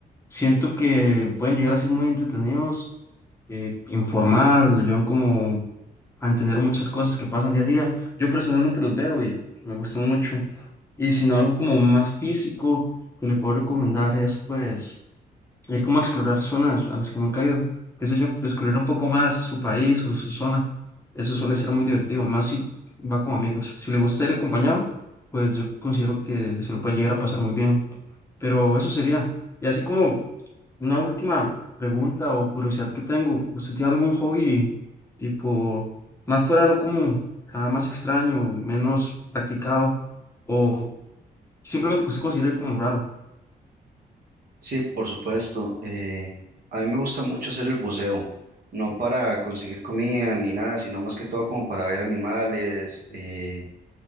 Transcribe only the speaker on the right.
Sí, por supuesto. eh, a mí me gusta mucho hacer el buceo, no para conseguir comida ni nada, sino más que todo como para ver animales, eh,